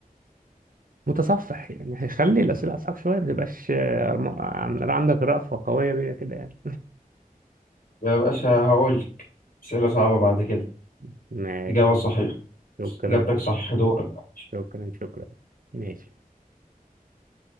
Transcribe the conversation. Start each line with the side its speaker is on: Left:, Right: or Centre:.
Right: متصفح يعني خلي الأسئلة أصعب شوية ما تبقاش آه، م- عن- عندك رأفة قوية بيها كده يعني
Left: يا باشا هقول لك أسئلة صعبة بعد كده
Right: <laughs> ماشي
Left: إجابة صحيحة
Right: شكرا
Left: إجابتك صح دورك بقى.
Right: شكرا شكرا ماشي